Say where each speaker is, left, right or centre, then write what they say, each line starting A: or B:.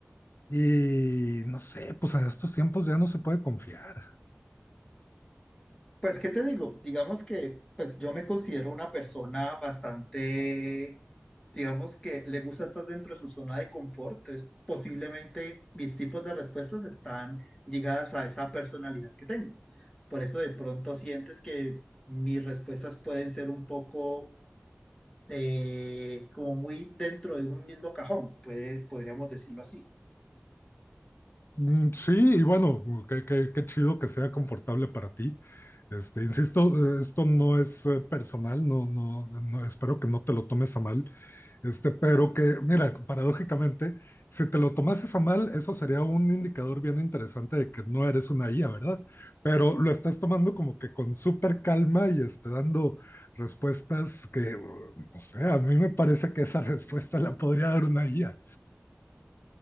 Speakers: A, on the left; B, on the left.
A: y no sé, pues en estos tiempos ya no se puede confiar.
B: Pues, ¿qué te digo? Digamos que pues yo me considero una persona bastante, digamos que le gusta estar dentro de su zona de confort. Entonces, posiblemente mis tipos de respuestas están ligadas a esa personalidad que tengo. Por eso de pronto sientes que mis respuestas pueden ser un poco eh, como muy dentro de un mismo cajón, puede, podríamos decirlo así.
A: Mm, Sí, y bueno, mm, qué, qué- qué chido que sea confortable para ti. Este, insisto, eh, esto no es eh, personal, no, no, no, espero que no te lo tomes a mal. Este, pero que, mira, paradójicamente, si te lo tomases a mal, eso sería un indicador bien interesante de que no eres una IA, ¿verdad? Pero lo estás tomando como que con súper calma y este, dando respuestas que, mm, no sé, a mí me parece que esa <laughs> respuesta la podría dar una IA.